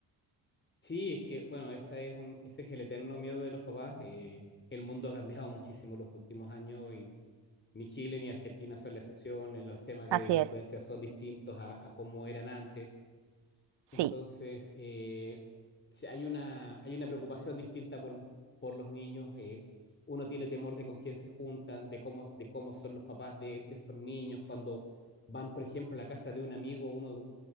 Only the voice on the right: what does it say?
Así
es,
sí.